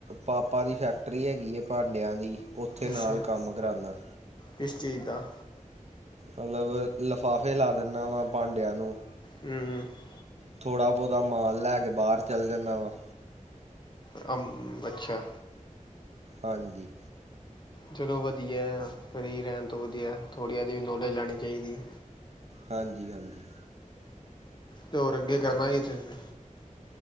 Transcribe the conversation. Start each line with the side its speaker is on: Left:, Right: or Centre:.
Right: ਪਾਪਾ ਦੀ ਫੈਕਟਰੀ ਹੈਗੀ ਹੈ ਭਾਂਡਿਆਂ ਦੀ। ਉੱਥੇ
Left: ਅੱਛਾ
Right: ਨਾਲ ਕੰਮ ਕਰਾਉਣਾ
Left: ਕਿਸ ਚੀਜ਼ ਦਾ।
Right: ਮਤਲਬ ਲਿਫਾਫੇ ਲਾ ਦਿੰਦਾ ਵਾਂ ਭਾਂਡਿਆਂ ਨੂੰ।
Left: <unintelligible>
Right: ਥੋੜ੍ਹਾ ਬਹੁਤਾ ਮਾਲ ਲੈ ਕੇ ਬਾਹਰ ਚੱਲ ਜਾਂਦਾ ਵਾ।
Left: ਕਮ ਅੱਛਾ।
Right: ਹਾਂਜੀ,
Left: ਚਲੋ ਵਧੀਆ ਫਰੀ ਰਹਿਣ ਤੋਂ ਵਧੀਆ ਥੋੜ੍ਹੀ ਜੀ ਵੀ ਨੌਲੇਜ ਲੈਣੀ ਚਾਹੀਦੀ।
Right: ਹਾਂਜੀ ਹਾਂਜੀ,
Left: ਤੇ ਔਰ ਅੱਗੇ ਕਰਨਾ ਹੀ ਫਿਰ ਵੀ?